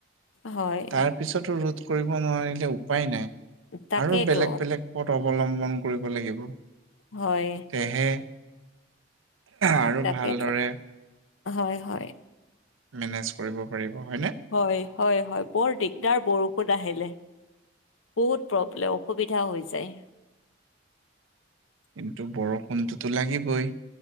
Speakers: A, on the left (about 80°); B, on the right (about 80°).
A: হয়।
B: তাৰ পিছতো ৰোধ কৰিব নোৱাৰিলে উপায়ে নাই
A: তাকেইতো
B: আৰু বেলেগ বেলেগ- পথ অৱলম্বন কৰিব লাগিব।
A: হয়।
B: তেহে আৰু
A: তাকেইতো
B: ভালদৰে-
A: হয় হয়।
B: মেনেজ কৰিব পাৰিব, হয়নে?
A: হয় হয় হয়, বৰ দিগদাৰ বৰষুণ আহিলে। বহুত প্ৰব্লেম, অসুবিধা হৈ যায়।
B: কিন্তু বৰষুণটোটো লাগিবই।